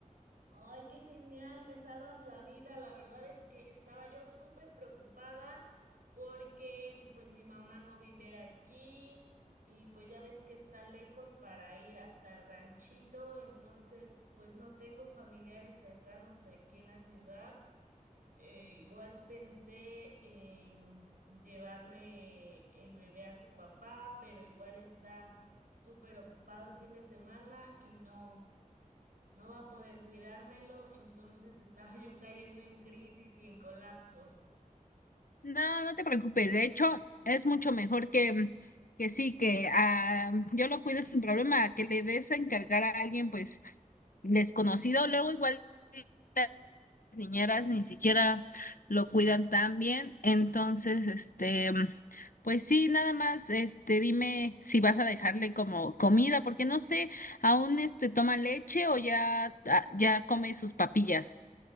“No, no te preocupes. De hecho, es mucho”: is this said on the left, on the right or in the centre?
Left